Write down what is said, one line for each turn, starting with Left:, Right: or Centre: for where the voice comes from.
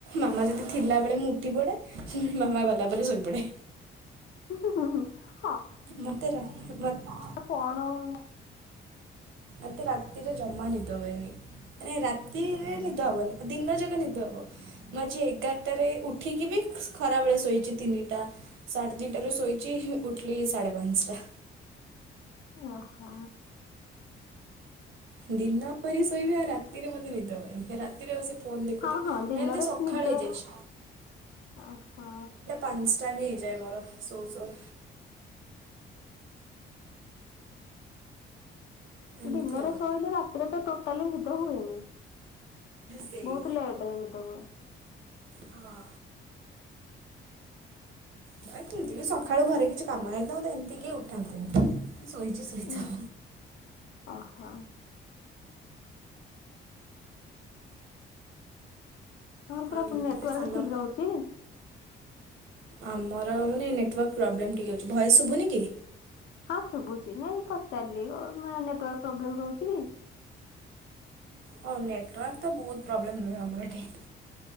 Right: ମାମା ଯଦି ଥିଲା ବେଳେ ମୁଁ ଉଠି ପଡେ ପୁଣି ମାମା ଗଲା ପରେ ଶୋଇପଡେ।
Left: ହୁଁ ହୁଁ।
Right: ମତେ ରା ମତେ।
Left: କଣ ଓହୋ
Right: ଏତେ ରାତିରେ ଜମା ନିଦ ହୁଏନି। ମାନ ରାତିରେ ନିଦ ହବନି ଦିନ ଯାକ ନିଦ ହବ ମୁଁ ଆଜି। ଗାଟା ରେ ଉଠିକି ବି। ଖରାବେଳେ ଶୋଇଛି ତିନିଟା ସାଢ଼େ ଦୁଇଟାରୁ ଶୋଇଛି ଉଠିଲି ସାଢ଼େ ପାଞ୍ଚଟା।
Left: ଓହୋ।
Right: ଦିନ ପରି ଶୋଇବା ଆଉ ରାତିରେ ମତେ ନିଦ ହବନି ରାତିରେ ବସି। ଫୋନ ଦେଖୁଥିବି
Left: ହଁ ହଁ ଦିନରେ
Right: ଏମିତି ସକାଳ
Left: ନିଦ
Right: ହେଇ ଯାଇଛି।
Left: ଓହୋ
Right: ପାଞ୍ଚଟା ବି ହେଇଯାଏ ମୋର ସଉ ସଉ। ଏମିତି
Left: ଦିନରେ
Right: ଆଉ।
Left: ଶୋଇଲେ ରାତିରେ ତ ଟୋଟାଲି ନିଦ ହୁଏନି।
Right: ସେଇ
Left: ବହୁତ ଲେଟ ରେ ନିଦ ହୁଏ।
Right: ହଁ। ନାଇ ସେମିତି ବି ସକାଳୁ ଘରେ କିଛି କାମ ନାହିଁ ତ ଏମିତି କି ଉଠାନ୍ତିନି ଶୋଇଛି। ଇଥା।
Left: ଉଁ ଓହୋ। ହଁର
Right: ଆଉ
Left: ପୁରା
Right: ଏମିତିରେ
Left: ନେଟୱାର୍କ
Right: ବି ସାନ
Left: ଠିକ ରହୁଛି।
Right: ଆମର ମାନେ ନେଟୱାର୍କ ପ୍ରୋବ୍ଲେମ ଟିକେ ଅଛି ଭଏସ୍‌ ଶୁଭୁନି କି।
Left: ହଁ ଶୁଭୁଛି ନାଇଁ ପଚାରିଲି ନେଟାର୍ ପ୍ରୋବ୍ଲେମ ରହୁଛି କି।
Right: ହଉ ନେଟୱାର୍କ ତ ବହୁତ ପ୍ରୋବ୍ଲେମ ରୁହେ ଆମର ଏଠି।